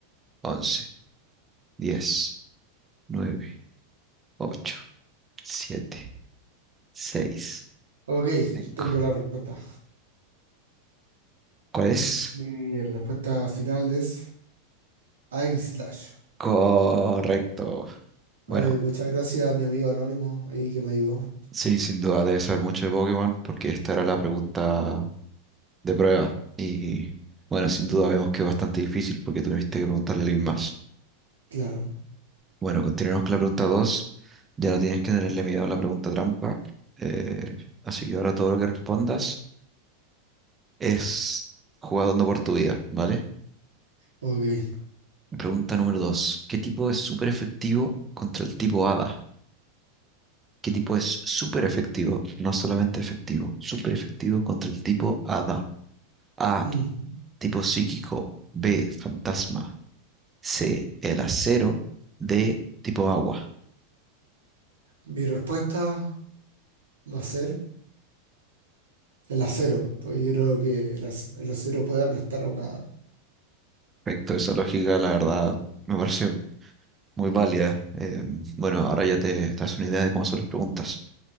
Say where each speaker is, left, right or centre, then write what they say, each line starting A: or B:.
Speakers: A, on the right; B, on the right.
A: 11, 10, 9, 8, 7, 6,
B: Ok,
A: 5.
B: tengo la respuesta.
A: ¿Cuál es?
B: Mi respuesta final es Slash.
A: Correcto. Bueno,
B: Ay, muchas gracias a mi amigo anónimo ahí que me ayudó.
A: sí, sin duda debes saber mucho de Pokémon porque esta era la pregunta de prueba. Y bueno, sin duda vemos que es bastante difícil porque tuviste que preguntarle a alguien más.
B: Claro,
A: Bueno, continuemos con la pregunta dos, Ya no tienes que tenerle miedo a la pregunta trampa. eh, así que ahora todo lo que respondas es jugando por tu vida, ¿vale?
B: ok.
A: Pregunta número 2: ¿Qué tipo es súper efectivo contra el tipo hada? ¿Qué tipo es súper efectivo? No solamente efectivo, súper efectivo contra el tipo hada. A,
B: Ujú.
A: tipo psíquico. B, fantasma. C, el acero. D, tipo agua.
B: Mi respuesta va a ser el acero, pues yo creo que el ac- el acero puede aplastar a una hada.
A: Perfecto, esa lógica, la verdad, me parece Muy válida. Eh, bueno, ahora ya te, te das una idea de cómo son las preguntas.